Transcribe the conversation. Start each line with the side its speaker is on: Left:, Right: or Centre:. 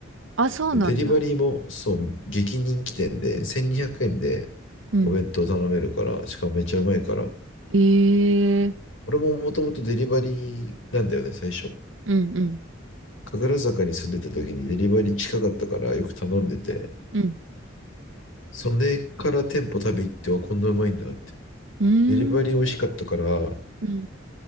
Right: あ、そうなんだ。
Left: でデリバリーも、そう、激人気店で、1200円で
Right: うん。
Left: お弁当頼めるから、しかもめっちゃうまいから、
Right: えー、
Left: 俺ももともとデリバリーなんだよね、最初。
Right: うんうん。
Left: 神楽坂に住んでた時にデリバリー近かったからよく頼んでて、
Right: うん。
Left: それから店舗食べ行ってはこんなうまいんだって。
Right: うーん。
Left: デリバリー美味しかったから、
Right: うん。